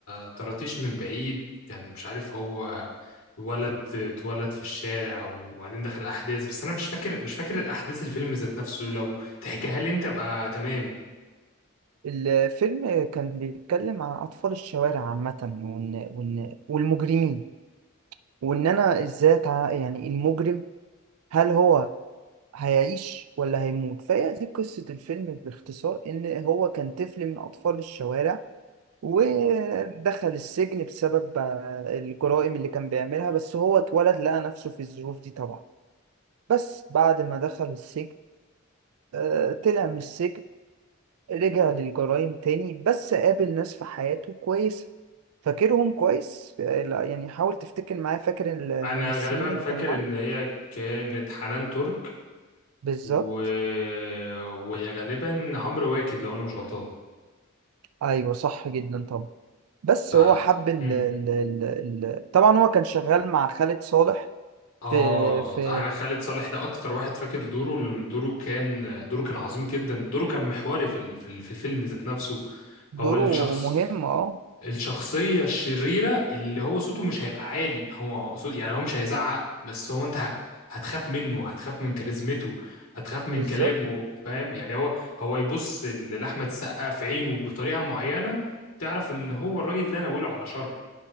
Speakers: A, on the left (about 70°); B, on the right (about 80°).
A: طرطيش من بعيد كان مش عارف هو ولد اتولد في الشارع وبعدين دخل الاحداث بس انا مش فاكر مش فاكر احداث الفيلم ذات نفسه لو تحكيها لي انت ابقى تمام
B: الفيلم كان بيتكلم عن أطفال الشوارع عامة وإن وإن والمجرمين وان انا ازاي أتع- يعني المجرم هل هو هيعيش ولا هيموت فهي دي قصة الفيلم باختصار إن هو كان طفل من أطفال الشوارع ودخل السجن بسبب آه، الجرائم اللي كان بيعملها بس هو اتولد لقى نفسه في الظروف دي طبعا بس بعد ما دخل السجن آه، طلع من السجن رجع للجرائم تاني بس قابل ناس في حياته كويسة فاكرهم كويس آه، لا يعني حاول تفتكر معايا فاكر الممثلين
A: انا غالبا
B: اللي
A: فاكر
B: كانوا معاه
A: ان هي كانت حنان ترك
B: بالظبط
A: و... ويا غالبا عمرو واكد لو انا مش غلطان
B: ايوه صح جدا طبعا بس
A: ف
B: هو حب ال
A: مم.
B: ال ال ال طبعا هو كان شغال مع خالد صالح
A: اه
B: في في
A: انا خالد صالح ده اكتر واحد فاكر دوره لأن دوره كان دوره كان عظيم جدا دوره كان محوري في ال- في ال- في الفيلم ذات نفسه هو
B: دوره
A: الشخص
B: مهم اه
A: الشخصية الشريرة اللي هو صوته مش هيبقى عالي هو صوت يعني هو مش هيزعق بس هو انت ه- هتخاف منه هتخاف من كاريزمته هتخاف
B: بالظبط
A: من كلامه فاهم يعني هو هو يبص ل- لأحمد السقا في عينه بطريقة معينة تعرف ان هو الراجل ده ناوله على شر